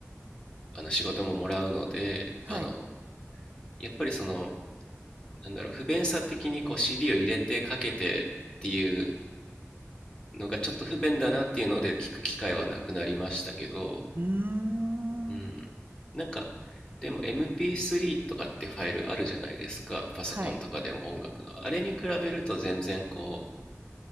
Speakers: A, on the left (about 15°); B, on the right (about 40°).
A: あの仕事ももらうのであの
B: はい。
A: やっぱりそのなんだろう不便さ的にこう CD を入れてかけてっていうのがちょっと不便だなっていうので聞く機会はなくなりましたけど、
B: うーん。
A: うん、なんかでも MP3 とかってファイルあるじゃないですかパソコンとかでも音楽のあれに比べると全然こう
B: はい。